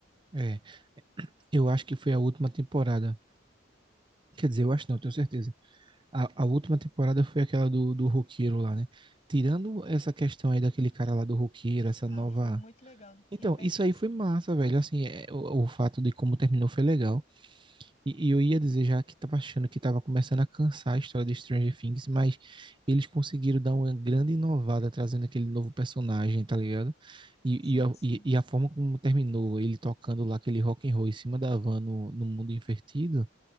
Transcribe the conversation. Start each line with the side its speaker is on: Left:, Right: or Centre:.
Right: É, Eu acho que foi a última temporada. Quer dizer, eu acho não, tenho certeza. A, a última temporada foi aquela do, do roqueiro lá, né? Tirando essa questão aí daquele cara lá do roqueiro, essa
Left: Ah,
Right: nova.
Left: foi muito legal. Tinha
Right: Então,
Left: até
Right: isso
Left: esquecido.
Right: aí foi massa, velho. Assim, é, o, o fato de como terminou foi legal. E, e eu ia dizer já que tava achando que tava começando a cansar a história de Stranger Things, mas eles conseguiram dar uma grande inovada trazendo aquele novo personagem, tá ligado? E,
Left: Sim,
Right: e, a,
Left: sim.
Right: e- e a forma como terminou, ele tocando lá aquele rock and roll em cima da van no, no mundo invertido,